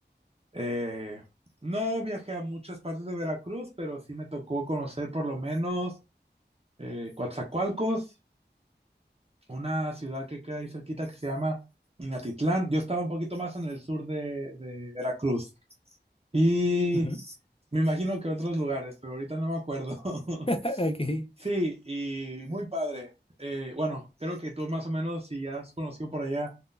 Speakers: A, on the right (about 35°); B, on the left (about 30°).
A: Eh, no viajé a muchas partes de Veracruz, pero sí me tocó conocer por lo menos eh, Coatzacoalcos, una ciudad que queda ahí cerquita que se llama Minatitlán. Yo estaba un poquito más en el sur de, de Veracruz y
B: ujú.
A: me imagino que otros lugares, pero ahorita no me acuerdo. <laughs>
B: <laughs> Ok.
A: Sí, y muy padre. Eh, bueno, creo que tú más o menos, si ya has conocido por allá,